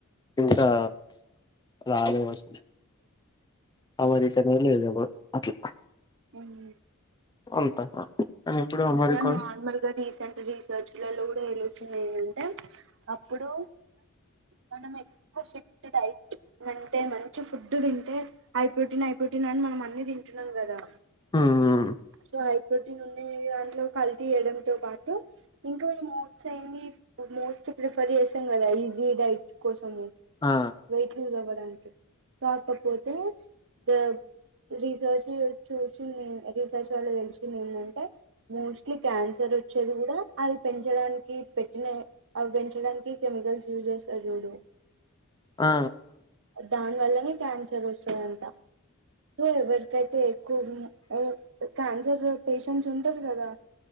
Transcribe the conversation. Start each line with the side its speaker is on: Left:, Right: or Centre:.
Left: ఇంకా రాలే వస్తుంది ఆ మరి చెప్పినట్ల చేయదేమో అట్లా
Right: అవున
Left: అంత <unintelligible>
Right: ఇంకా
Left: అమెరికా
Right: నార్మల్ గా రీసెంట్ రీసెర్చ్ లలో కూడా తెలుస్తున్నాయి అంటె అప్పుడు మనం ఎక్కువ ఫిట్ డైట్ అంటే మంచి ఫుడ్ తింటే హై ప్రోటీన్ హై ప్రోటీన్ అని మనం అన్ని తింటున్నాం కదా
Left: ఉమ్
Right: సో హై ప్ర్రోటీన్ ఉ దాంట్లో కల్తీ చేయడం తో పాటు ఇంకా ఏమో <unintelligible> అయింది మోస్ట్ ప్రిఫర్ చేసాం కదా ఈజీ డైట్ కోసం అవును
Left: ఆ
Right: వెయిట్ లూస్ అవ కాకపోతే ద రీసెర్చ్ చూసింది రీసెర్చ్ వాళ్ళ తెలీచింది ఏంటంటే మోస్ట్లీ క్యాన్సర్ వచ్చేది కూడా అది పెంచడానికి పెట్టిన అవి పెంచడానికి కెమికల్స్ యూజ్ చేస్తారు చూడు
Left: ఆ
Right: దాన్లలోనే పంచ్ <unintelligible> అంట నేన్ ఎవ్వరితోటి <inaudible> క్యాన్సర్ పేషంట్స్ ఉన్న తెలుసు కదా